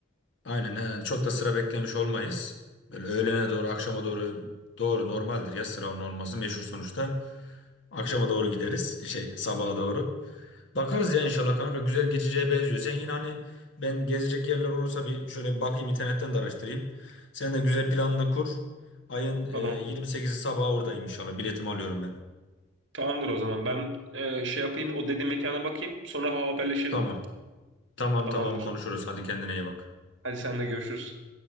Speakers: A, on the left; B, on the right.
A: Aynen yani çok da sıra beklemiş olmayız. Böyle öğlene doğru akşama doğru doğru normaldir ya sıra onun olması meşhur sonuçta. Akşama doğru gideriz şey sabaha doğru. Bakarız ya inşallah kanka güzel geçeceğe benziyor. Sen yine hani ben gezecek yerler olursa bir şöyle bir bakayım internetten de araştırayım. Sen de güzel planını kur. Ayın
B: tamam.
A: e, 28'i sabah oradayım inşallah biletimi alıyorum ben.
B: Tamamdır o zaman. Ben e, şey yapayım, o dediğin mekana bakayım. Sonra haberleşelim.
A: Tamam tamam
B: Tamamdır.
A: tamam konuşuruz hadi kendine iyi bak.
B: Hadi senle görüşürüz.